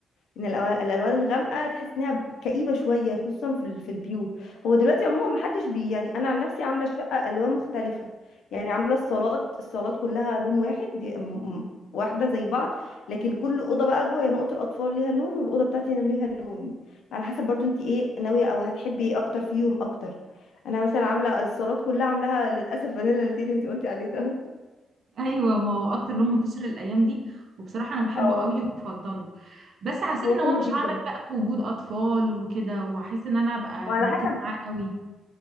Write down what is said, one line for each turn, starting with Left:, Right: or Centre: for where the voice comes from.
Left: ان الألوان الألوان الغامقه تحس انها كئيبه شويه خصوصا في ال- في البيوت هو دلوقتي عموما ما حدش بي يعني انا عن نفسي عامله الشقه الوان مختلفه يعني عامله الصالات الصالات كلها لون واحد دي- م- م- واحده زي بعض لكن كل اوضه بقى جوه يعني اوضه الاطفال ليها لون والاوضه بتاعتي انا ليها لون على حسب برضو انت ايه ناويه او هتحبي ايه اكتر فيهم اكتر انا مثلا عامله الصالات كلها عاملاها للاسف فانيلا لاتيه اللي انت قلتي عليه ده
Right: ايوه ما هو اكتر لون منتشر الايام دي وبصراحه انا بحبه
Left: اه
Right: قوي وبفضله بس حسيت
Left: هو
Right: ان هو
Left: حلو
Right: مش
Left: جدا
Right: هعمل بقى في وجود اطفال وكده وهحس ان انا ابقى
Left: وعلى
Right: مركزه
Left: حسب
Right: معاه قوي